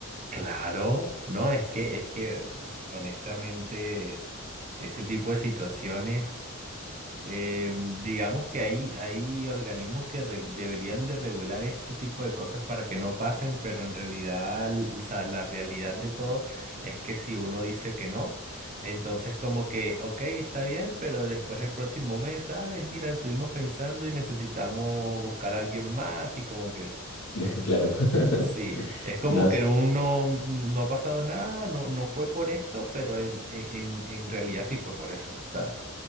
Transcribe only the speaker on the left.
<laughs> Claro. <laughs>
No, es-